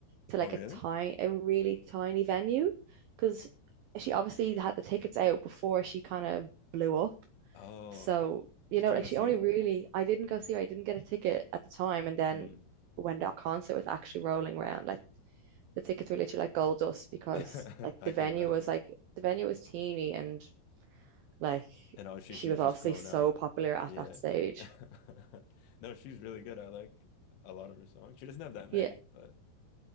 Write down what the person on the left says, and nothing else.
Oh really?
Oh.
Did
you
go
see
it?
Mm.
<laughs>
I
can imagine.
And obviously
she
just
blown
up.
Yeah.
<laughs> No, she's really good. I like a lot of her songs. She doesn't have that many,
but